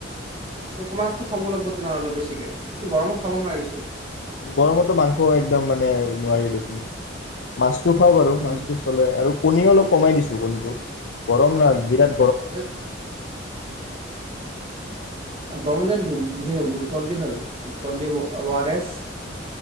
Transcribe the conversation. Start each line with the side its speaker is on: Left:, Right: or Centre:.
Right: মাছটো খাব লাগিব তেনেহলে বেছিকে অলপ বেছিকে গৰমত খাব নোৱাৰি দেচোন
Left: গৰমতো মাংস একদম মানে নোৱাৰি দেচোন মাছ, হয় বাৰু
Right: উম
Left: মাছটো চলে আৰু কণীও অল কমাই দিছো কণীটো গৰম না বিৰাত।
Right: <unintelligible> গৰমৰ দিনত গ্লুকনডি খাবি। গ্লুকনডি ও আৰ এছ